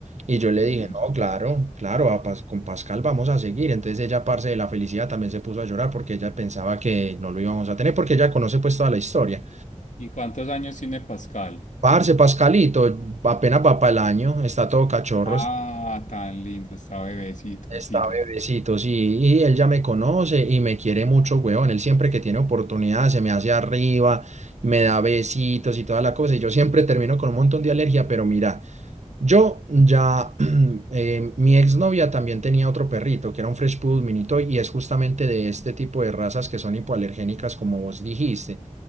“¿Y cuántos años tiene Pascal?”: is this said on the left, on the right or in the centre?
Left